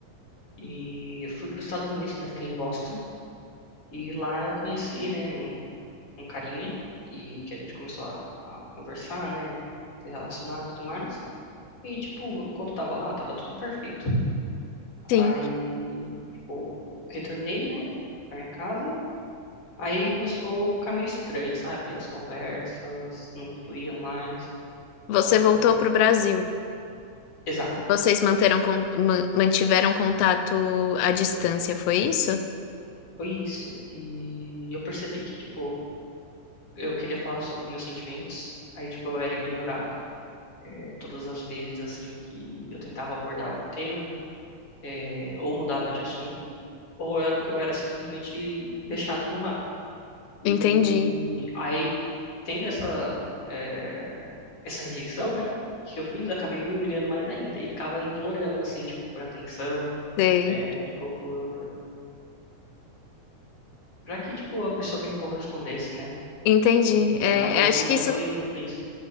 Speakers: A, on the left; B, on the left.
A: E eu fui para os Estados Unidos, né? Fiquei em Boston. E lá eu conheci, né? Um, um carinha. E que a gente começou a, a conversar, né? Se relacionar e tudo mais. E, tipo, enquanto tava lá, tava tudo perfeito.
B: Sim,
A: Aí, tipo, retornei, né, pra minha casa. Aí começou a ficar meio estranho, sabe? As conversas não fluíam mais.
B: você
A: Ahn,
B: voltou para o Brasil.
A: exato,
B: Vocês manteram, con- ma- mantiveram contato à distância, foi isso?
A: foi isso. E eu percebi que, tipo, eu queria falar sobre meus sentimentos. Aí, tipo, eu era ignorado. É, todas as vezes, assim, que eu tentava abordar o tema, é, ou mudava de assunto, ou eu era, eu era simplesmente deixado no vácuo. E
B: Entendi,
A: aí tendo essa, eh, essa rejeição, né? Que eu fiz, eu acabei me humilhando mais ainda e ficava implorando, assim, tipo, por atenção,
B: sei.
A: eh, tipo, por, para que, tipo, a pessoa me correspondesse, né?
B: Entendi.
A: E
B: É,
A: acabou que
B: acho
A: não
B: que isso.
A: foi, não foi isso.